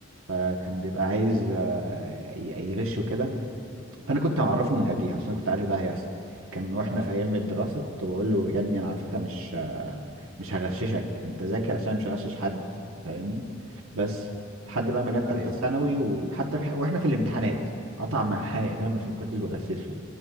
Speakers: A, on the right (about 75°); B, on the right (about 40°).
A: فكان بيبقى عايز آه، ي- يغشه كده فانا كنت معرفه من قبليها عشان أنا كنت عارف ده هيحصل كان واحنا
B: آه
A: في ايام الدراسه كنت بقول له يا ابني انا على فكره مش مش هغششك انت ذاكر عشان مش هغشش حد فاهمني بس لحد بقى ما جت
B: أيوة
A: تالته ثانوي
B: آه
A: وحتى في واحنا في الامتحانات قطع معايا فاهم عشان ما كنتش بغششه